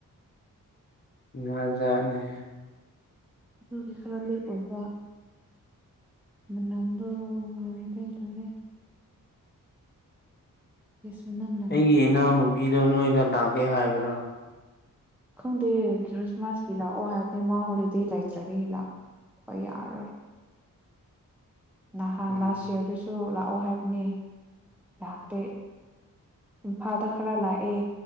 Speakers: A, on the left; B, in the centre.
A: ꯖꯥꯠ ꯖꯥꯠ ꯅꯤꯍꯦ
B: ꯑꯗꯨꯒꯤ ꯈꯔ ꯂꯤꯛ ꯑꯣꯢꯕ ꯃꯅꯝꯕ ꯂꯣꯢꯔꯦ ꯂꯣꯢꯔꯦ ꯒꯦꯁ ꯃꯅꯝ
A: ꯑꯩꯒꯤ ꯏꯅꯥꯎꯅꯨꯄꯤꯗꯣ ꯅꯣꯏꯗ ꯂꯥꯛꯀꯦ ꯍꯥꯏꯕ꯭ꯔꯣ
B: ꯈꯪꯗꯦ ꯖꯔ꯭ꯁꯃꯥꯁꯀꯤ ꯂꯥꯛꯑꯣ ꯍꯥꯏꯕꯅꯦ ꯃꯥ ꯍꯣꯂꯤꯗꯦ ꯂꯩꯇ꯭ꯔꯗꯤ ꯂꯥꯛꯄ ꯌꯥꯔꯣꯏ ꯅꯍꯥꯟ
A: ꯎꯝ
B: ꯂꯥꯁ ꯢꯌꯥꯔꯗꯨꯁꯨ ꯂꯥꯛꯑꯣ ꯍꯥꯏꯕꯅꯦ ꯂꯥꯛꯇꯦ ꯏꯝꯐꯥꯜꯗ ꯈꯔ ꯂꯥꯛꯑꯦ